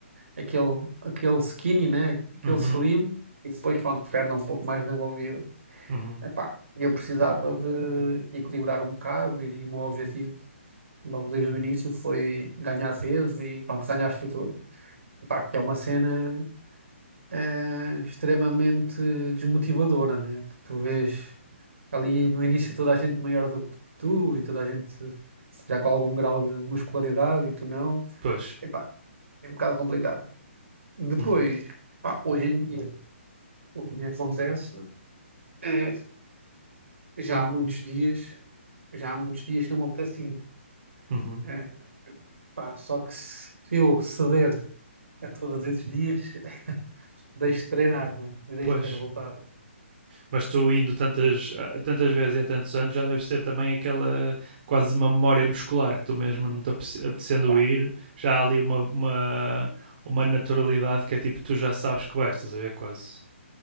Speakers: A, on the right; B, on the right.
A: aquele, aquele skinny, né? Aquele
B: Uhum,
A: slim, e depois, pronto, perna um pouco mais desenvolvida.
B: uhum.
A: Epá, eu precisava de equilibrar um bocado e o meu objetivo, logo desde o início, foi ganhar peso e, pronto, ganhar estrutura. Epá, que é uma cena eh, extremamente desmotivadora, né? Que tu vês ali no início toda a gente maior do que tu e toda a gente já com algum grau de muscularidade e tu não.
B: Pois.
A: Epá, é um bocado complicado. Depois,
B: Hum,
A: epá, hoje em dia. O que me acontece é, já há muitos dias, já há muitos dias que não me apetece ir.
B: uhum.
A: É, pá, só que se eu ceder a todos esses dias, <laughs> deixo de treinar, né? E deixo
B: Pois.
A: de ter resultado.
B: Mas tu indo tantas, ah, tantas vezes e há tantos anos já deves ter também aquela quase uma memória muscular, tu mesmo não te apetecendo
A: Pá,
B: ir, já há ali uma, uma, uma naturalidade que é tipo, tu já sabes que vais, estás a ver quase.